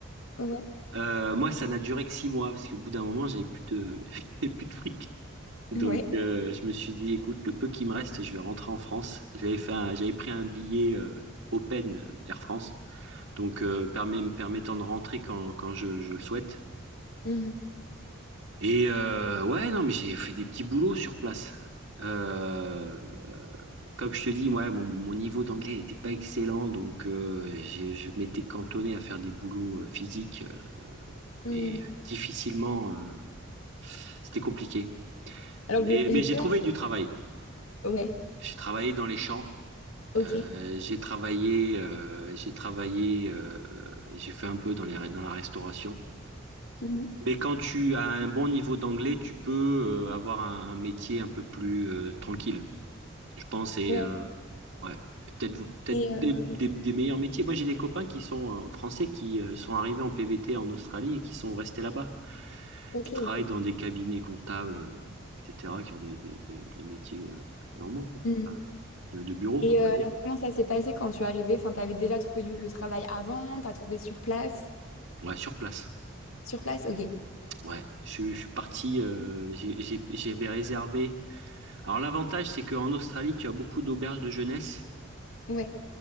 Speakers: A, on the left; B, on the right.
A: ouais,
B: Euh, moi ça n'a duré que six mois parce qu'au bout d'un moment j'avais plus de <laughs> j'avais plus de fric. Donc
A: ouais.
B: euh, je me suis dit écoute le peu qui me reste je vais rentrer en France. J'avais fait un- j'avais pris un billet euh, Open euh, Air France donc euh, permet, me permettant de rentrer quand quand je, je le souhaite.
A: Mhm,
B: Et euh, ouais, non, mais j'ai fait des petits boulots sur place. Euh, comme je te dis, ouais, mon, mon niveau d'anglais n'était pas excellent, donc euh, j'ai- je m'étais cantonné à faire des boulots euh, physiques euh,
A: mhm.
B: et difficilement, euh, c'était compliqué.
A: Alors
B: Mais,
A: j'ai
B: mais
A: j'ai
B: j'ai
A: peur.
B: trouvé du travail.
A: Ouais,
B: J'ai travaillé dans les champs,
A: ok.
B: euh, j'ai travaillé, euh, j'ai travaillé, euh, j'ai fait un peu dans les, dans la restauration.
A: Mhm.
B: Mais quand tu as un bon niveau d'anglais, tu peux euh, avoir un, un métier un peu plus euh, tranquille, je pense. Et
A: Ouais.
B: euh, ouais, peut-être vous- peut-être
A: Et
B: des,
A: euh,
B: des- des meilleurs métiers. Moi, j'ai des copains qui sont euh, français qui euh, sont arrivés en PVT en Australie et qui sont restés là-bas,
A: ok.
B: qui travaillent dans des cabinets comptables, euh, etc., qui ont des, des- des- des métiers euh, normaux, quoi.
A: Mhm.
B: Enfin, de, de bureau,
A: Et
B: quoi, on
A: euh,
B: va dire.
A: alors comment ça s'est passé quand tu es arrivée? Enfin, t'avais déjà trouvé du- le travail avant, t'as trouvé sur place?
B: Ouais, sur place.
A: Sur place, ok.
B: Ouais, je, suis je suis parti, euh, j'ai- j'ai- j'avais réservé. Alors l'avantage, c'est qu'en Australie, tu as beaucoup d'auberges de jeunesse
A: Ouais.